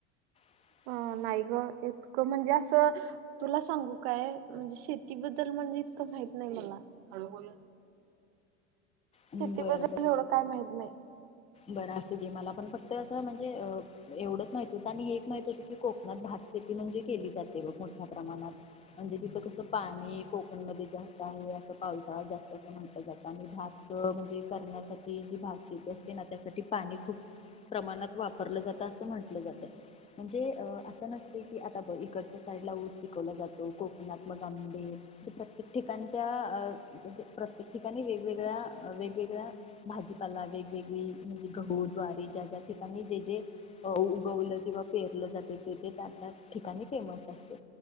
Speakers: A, on the left (about 20°); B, on the right (about 65°).
A: <inaudible>
B: अ नाही ग इतकं म्हणजे असं तुला सांगू काय म्हणजे शेतीबद्दल म्हणजे इतकं माहीत नाही मला हळूबोल
A: बरं
B: शेती बद्दल
A: बर
B: एवढं काय माहीत नाही.
A: बरं असत ते मला पण फक्त असं म्हणजे एवढंच माहित होतं आणि हे एक माहित होत की कोकणात भात- शेती म्हणजे केली जाते, मोठ्या प्रमाणात म्हणजे तिथं कसं पाणी कोकणमध्ये जास्त आहे. अस पावसाळा जास्त अस म्हटलं जायाच आणि भात म्हणजे करण्यासाठी जी भाजी असते ना, त्यासाठी पाणी खूप प्रमाणात वापरलं जातात. असे म्हटलं जात म्हणजे - नसते की, आता बघ इकडच्या साईडला ऊस पिकवला जातो, कोकणात मग आम्ही प्रत्येक ठिकाणच्या अ-तसे प्रत्येक ठिकाणी वेगवेगळ्या वेगवेगळा भाजीपाला, वेगवेगळी म्हणजे गहू, ज्वारी, ज्या ज्या ठिकाणी जे जे उगवलं किंवा पेरलं जातं, ते-ते त्या-त्या ठिकाणी फेमस असतं,